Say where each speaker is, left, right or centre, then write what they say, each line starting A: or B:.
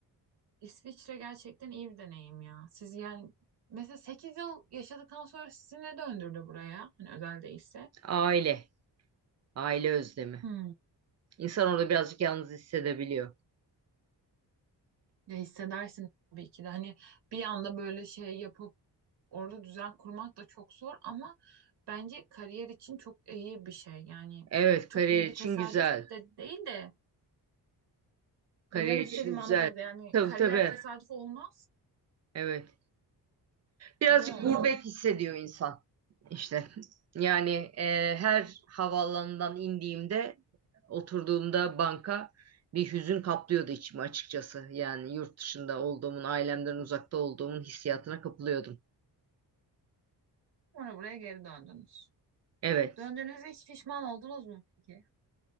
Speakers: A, on the right (about 65°); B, on the right (about 40°).
A: İsviçre gerçekten iyi bir deneyim ya. Siz yani mesela 8 yıl yaşadıktan sonra sizi ne döndürdü buraya? Hani özel değilse.
B: Aile. Aile özlemi.
A: Hmm.
B: İnsan orada birazcık yalnız hissedebiliyor.
A: Ya hissedersin tabii ki de hani bir anda böyle şey yapıp orada düzen kurmak da çok zor ama bence kariyer için çok iyi bir şey. Yani
B: Evet, kariyer
A: çok iyi bir
B: için
A: tesadüf
B: güzel.
A: de değil de
B: Kariyer
A: ne demek
B: için
A: istediğimi
B: güzel.
A: anladınız. Yani
B: Tabii
A: kariyer
B: tabii.
A: tesadüf olmaz.
B: Evet. Birazcık
A: Güzel olmuş.
B: gurbet hissediyor insan işte. Yani e, her havaalanından indiğimde, oturduğumda banka bir hüzün kaplıyordu içimi açıkçası. Yani yurt dışında olduğumun, ailemden uzakta olduğumun hissiyatına kapılıyordum.
A: Sonra buraya geri döndünüz.
B: Evet.
A: Döndüğünüzde hiç pişman oldunuz mu peki?